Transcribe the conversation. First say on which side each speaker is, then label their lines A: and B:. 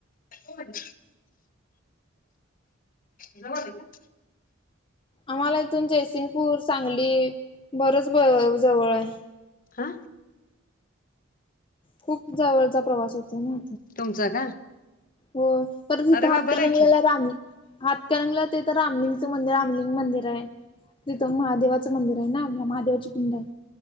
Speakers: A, on the left; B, on the left.
A: आहे? जवळ ये.
B: आम्हाला इथून जयसिंगपूर सांगली बरच जवळ आहे.
A: हा
B: खूप जवळचा प्रवास होतय ना.
A: तुमचं का?
B: हो परत इथं
A: अरे वा
B: हातकणंगलेला
A: बरं आहे की
B: राणी- हातकणंगले ला ते तर रामलिंगचं मंदिर, रामलिंग मंदिर आहे. तिथं महादेवाचं मंदिर आहे ना, म महादेवाची पिंड आहे.